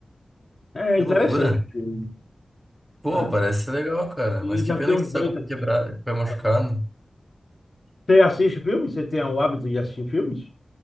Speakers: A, on the left (about 45°); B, in the centre.
A: É
B: que
A: interessante
B: loucura.
A: o filme,
B: Pô,
A: né?
B: parece ser legal, cara,
A: E
B: mas que
A: já
B: pena
A: tem uns
B: que tu
A: dois
B: tá com o
A: aqui.
B: pé quebrado, com o pé machucado.
A: É. Você assiste filmes? Você tem o hábito de assistir filmes?